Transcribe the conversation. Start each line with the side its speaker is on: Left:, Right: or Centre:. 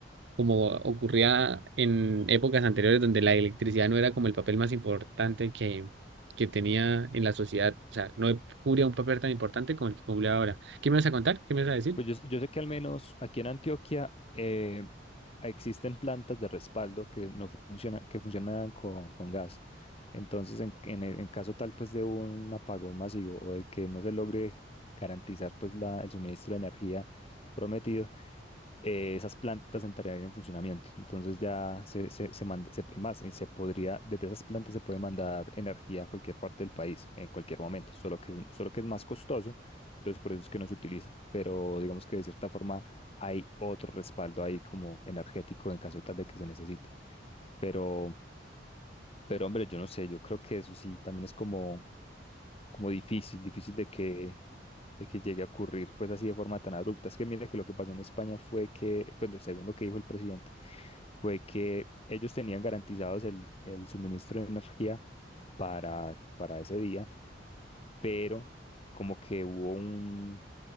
Right: como ocurría en épocas anteriores donde la electricidad no era como el papel más importante que, que tenía en la sociedad. O sea, no cubría un papel tan importante como el que cumple ahora. ¿Qué me vas a contar? ¿Qué me vas a decir?
Left: Pues yo, yo sé que al menos aquí en Antioquia eh, existen plantas de respaldo que no funcionan, que funcionan con, con gas. Entonces, en, en, en caso tal pues de un apagón masivo o de que no se logre garantizar pues la, el suministro de energía prometido, eh, esas plantas entrarían en funcionamiento. Entonces ya se, se, se manda- se- más, eh, se podría, desde esas plantas se puede mandar energía a cualquier parte del país en cualquier momento, solo que, es- solo que es más costoso, entonces por eso es que no se utiliza, pero digamos que de cierta forma hay otro respaldo ahí como energético en caso tal de que se necesite. Pero, pero hombre, yo no sé, yo creo que eso sí también es como, como difícil, difícil de que de que llegue a ocurrir pues así de forma tan abrupta. Es que mira que lo que pasó en España fue que, pues lo- según lo que dijo el presidente, fue que ellos tenían garantizados el, el suministro de energía para, para ese día, pero como que hubo un,